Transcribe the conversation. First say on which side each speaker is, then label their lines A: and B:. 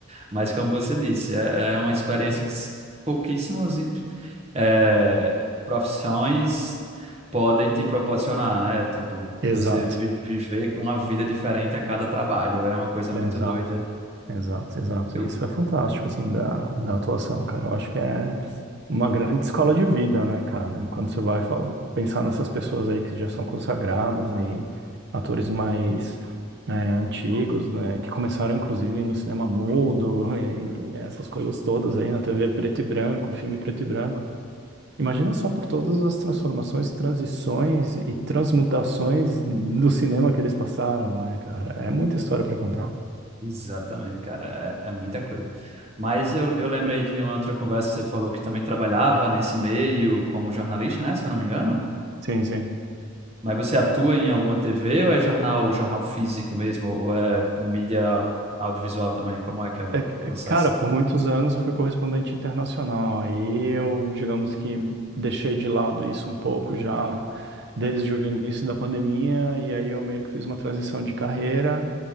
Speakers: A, on the right; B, on the right.
A: Mas como você disse, é, é uma experiência que s- pouquíssimos é, profissões podem te proporcionar, né? Tipo,
B: Exato.
A: você vi- viver uma vida diferente a cada trabalho. É uma coisa
B: Exato.
A: muito doida.
B: Exato, exato.
A: Eu,
B: E isso é fantástico, assim, da, da atuação, cara. Eu acho que é uma grande escola de vida, né, cara? Quando você vai fal- pensar nessas pessoas aí que já são consagradas e atores mais é, antigos, né, que começaram, inclusive, no cinema mudo <laughs> e, e essas coisas todas aí, na TV preto e branco, filme preto e branco. Imagina só por todas as transformações, transições e transmutações do cinema que eles passaram, né, cara? É muita história para contar.
A: Exatamente, cara, é, é muita coisa. Mas eu, eu lembro aí que em uma outra conversa você falou que também trabalhava nesse meio como jornalista, né? Se eu não me engano.
B: Sim, sim.
A: Mas você atua em alguma TV ou é jornal, jornal físico mesmo? Ou é mídia audiovisual também? Como é que é o
B: É, é,
A: processo?
B: Cara, por muitos anos eu fui correspondente internacional. Aí eu, digamos que deixei de lado isso um pouco já desde o início da pandemia, e aí eu meio que fiz uma transição de carreira.